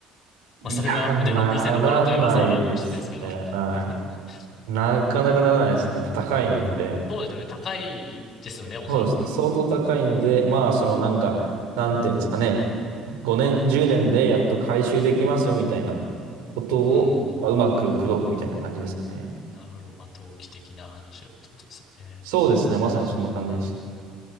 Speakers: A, on the left (about 45°); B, on the right (about 70°).
A: <laughs> まあ、
B: い。
A: それは腕の見せ所といえばそうなのかもしれないですけど。
B: いや、ならないですね。は
A: <laughs>
B: い。なかなかならないですね。やっぱ高いので。
A: そうですよね。高いですよね、おそらく。
B: そうですね。相当高いので、まあ、そのなんか、なんていうんですかね。5年、10年でやっと回収できますよみたいなことを、
A: うーん。
B: まあ、うまく口説くみたいな感じですかね。
A: なるほど。まあ、投機的な話をってことですよね。
B: そうですね。まさにそんな感じです。